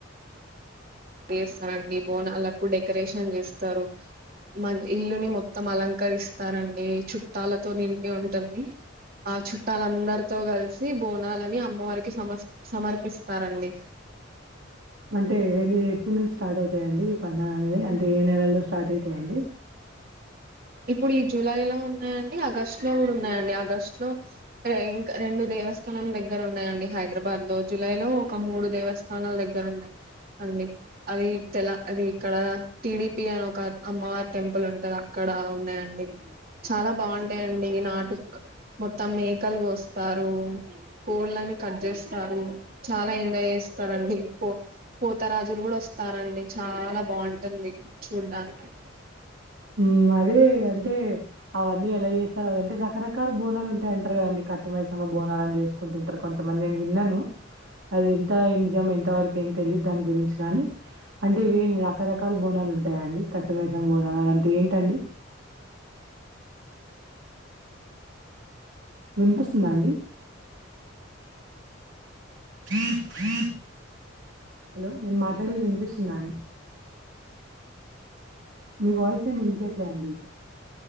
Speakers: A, on the right; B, on the right.
A: చేస్తారండి బోనాలకు డెకరేషన్ చేస్తారు మ ఇల్లుని మొత్తం అలంకరిస్తారండి చుట్టాలతో నిండి ఉంటుంది ఆ చుట్టాలు అందరితో కలిసి బోనాలని అమ్మవారికి సమస్ సమర్పిస్తారండి
B: అంటే ఎనీ ఎప్పుడు నుంచి స్టార్ట్ అవుతాయండి ఈ పండుగ అనేది అంటే ఏ నెలల్లో స్టార్ట్ అయితాయండి
A: ఇప్పుడు ఈ జులై లో ఉన్నాయంండి ఆగస్టు లో కూడా ఉన్నాయండి ఆగస్టు లో క ఇంకా రెండు దేవస్థానం దగ్గర ఉన్నాయండి హైదరాబాద్ లో జులై లో ఒక మూడు దేవస్ స్థానాల దగ్గర ఉన్నయ్ అండి అది తెల అది ఇక్కడ టిడిపి అని ఒక అమ్మవార్ టెంపుల్ ఉంటదా అక్కడ ఉన్నాయండి చాలా బాగుంటాయండి నాటుక్ మొత్తం మేకలు కోస్తారు కోళ్ళని కట్ చేస్తారు చాలా ఎంజాయ్ చేస్తారండి పో పోతరాజులు కూడా వస్తారండి చాలా బాగుంటుంది చూడ్డానికి
B: ఉ మరి అంటే అవన్నీ ఎలా చేస్తారు అదంటే రకరకాల బోనాలు ఉంటాయి అంటారు కదండి కట్ట మైసమ్మ బోనాలు అని చేస్ కుంటుంటారు కొంతమంది నేను విన్నాను అది ఎంత నిజం ఎంత వరకు ఏం తెలియదు దాని గురించి గాని అంటేవే రకరకాల బోనాలు ఉంటాయండి కట్ట మైసమ్మ బోనాలు అని అంటే ఏంటండి వినిపిస్తుందా అండి కర్ చిర్ హలో నేను మాట్లాడేది వినిపిస్తుందా అండి మీ వాయిస్ ఏం ఇనిపియట్లే అండి